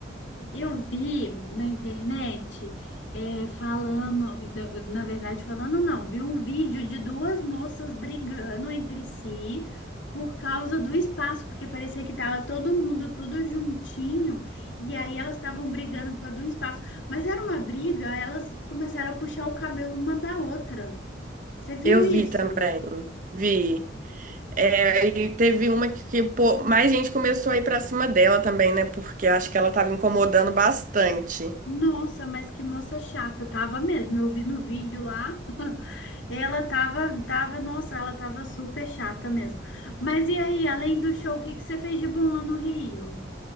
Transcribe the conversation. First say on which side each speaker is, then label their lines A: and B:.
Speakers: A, on the left; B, on the right.
A: Eu vi na internet é, falando, na verdade, falando não, vi um vídeo de duas moças brigando entre si por causa do espaço, porque parecia que estava todo mundo tudo juntinho, e aí elas estavam brigando por causa do espaço. Mas era uma briga, elas começaram a puxar o cabelo uma da outra. Você viu
B: Eu vi
A: isso?
B: também, vi. É, e teve uma que, que, pô, mais gente começou a ir pra cima dela também, né? Porque acho que ela tava incomodando bastante.
A: Nossa, mas que moça chata, tava mesmo. Eu vi no vídeo lá, <laughs> ela tava, tava, nossa, ela tava super chata mesmo. Mas e aí, além do show, o que que você fez de bom lá no Rio?